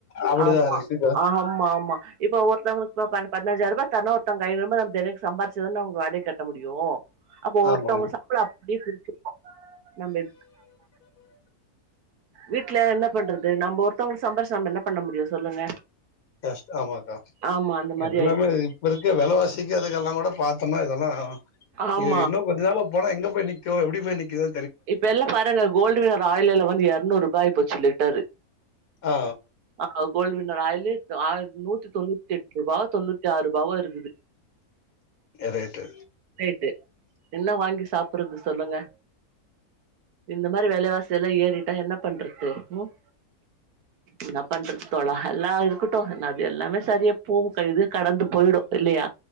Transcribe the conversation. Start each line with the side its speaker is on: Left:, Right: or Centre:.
Left: அப்படிதான்
Right: ஆமா
Left: இருக்குக்கா.
Right: ஆமா ஆமா இப்ப ஒரு இப்ப ப பதினஞ்சாயர்ரூபா தர்ணு ஒருத்தங்க ஐநூருபா நம்ம தெனைக்கு சம்பாரிச்சாதான அவங்க வாடகை கட்ட முடியு அப்போ ஒருத்தவங்க
Left: ஆமாமா.
Right: சம்பளோ அப்பிடியே பிரிச்சரணு நம்ம <inaudible> வீட்ல என்ன பண்றது நம்ப ஒரு மத்தவங்களுக்கு சம்பாரிச்சு நம்ம என்ன பண்ண முடியு சொல்லுங்க
Left: கஷ்ட் ஆமாக்கா
Right: ஆமா அந்த மாரி
Left: எல்லாமே
Right: ஆயிப்போச்சு
Left: இப்ப இருக்க வெலவாசிக்கு அதுக்கெல்லாங் கூட பாத்தம்னா இதெல்லா
Right: ஆமா
Left: ஏ இன்னு கொஞ்ச நாள்ல போனா எங்க போய் நிக்கு எப்டி போய் நிக்கிதோ
Right: இப்ப எல்லா பாருங்க கோல்டு வின்னர் ஆயில் வெல வந்து எரநூருபா ஆயிப்போச் சு லிட்டரு
Left: ஆ
Right: ஆ கோல்டு வின் னர் ஆயிலு ஆ நூத்தி தொண்ணூத்தி எட் இப்பா தொண்ணூத் து ஆறுருபாவோ இருக்குது
Left: ரைட்டு
Right: ரேட்டு என்ன வாங்கி சாப்படறது சொல்லுங்க இந்த மாரி வெலவாசி எல்லா ஏறிட்டா என்ன பண்றது ம் என்ன பண்றது தோழா எல்லா இருக்கட்டு என்ன அது எல்லாமே சரியா போவு க இது கடந்து போயிடு இல்லையா